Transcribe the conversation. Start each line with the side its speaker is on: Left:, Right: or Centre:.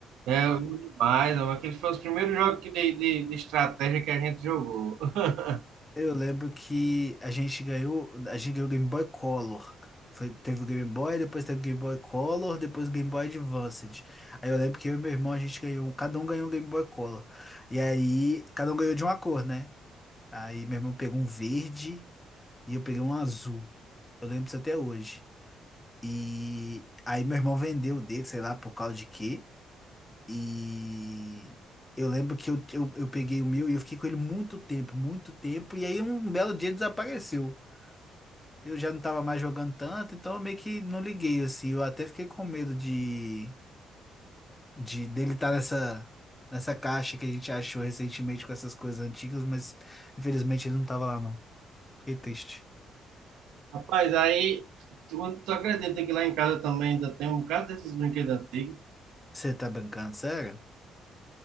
Right: É, eu lembro demais, mas aquele foi os primeiros jogos que de, de, de estratégia que a gente jogou. <laughs>
Left: Eu lembro que a gente ganhou, a gente ganhou o Game Boy Color. Foi, teve o Game Boy, depois teve o Game Boy Color, depois o Game Boy Advanced. Aí eu lembro que eu e meu irmão a gente ganhou, um- cada um ganhou um Game Boy Color. E aí, cada um ganhou de uma cor, né? Aí meu irmão pegou um verde e eu peguei um azul. Eu lembro disso até hoje. E aí meu irmão vendeu o dele, sei lá, por causa de quê. E eu lembro que eu, eu, eu peguei o meu e eu fiquei com ele muito tempo, muito tempo. E aí um belo dia desapareceu. Eu já não tava mais jogando tanto, então eu meio que não liguei, assim. Eu até fiquei com medo de, de dele estar nessa, nessa caixa que a gente achou recentemente com essas coisas antigas, mas infelizmente ele não tava lá, não. Fiquei triste.
Right: Rapaz, aí tu, tu acredita que lá em casa também ainda tem um bocado desses brinquedos antigos.
Left: Você tá brincando, sério?